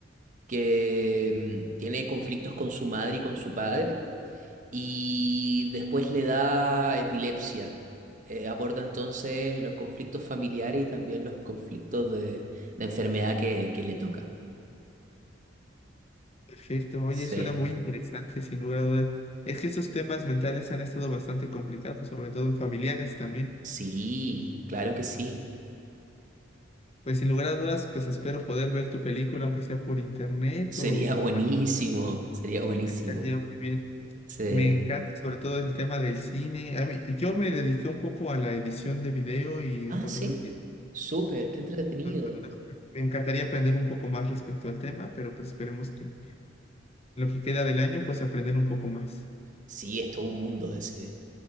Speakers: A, on the right (about 40°); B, on the left (about 30°).
A: que mm, tiene conflictos con su madre y con su padre, y después le da epilepsia. Eh, aborda entonces los conflictos familiares y también los conflictos de, de enfermedad que, que le tocan.
B: Perfecto, oye,
A: Sí,
B: suena muy interesante, sin lugar a dudas. Es que estos temas mentales han estado bastante complicados, sobre todo en familiares también.
A: sí, claro que sí.
B: Pues sin lugar a dudas, pues espero poder ver tu película, aunque sea por internet
A: Sería
B: o
A: <laughs> buenísimo,
B: algo así.
A: sería buenísimo.
B: Estaría muy bien.
A: Sí.
B: Me encanta sobre todo el tema del cine. A mí, yo me dediqué un poco a la edición de video y de
A: Ah,
B: fotografía.
A: sí, súper, qué entretenido.
B: cuando cuando era joven. Me encantaría aprender un poco más respecto al tema, pero pues esperemos que en lo que queda del año, pues aprender un poco más.
A: Sí, es todo un mundo ese.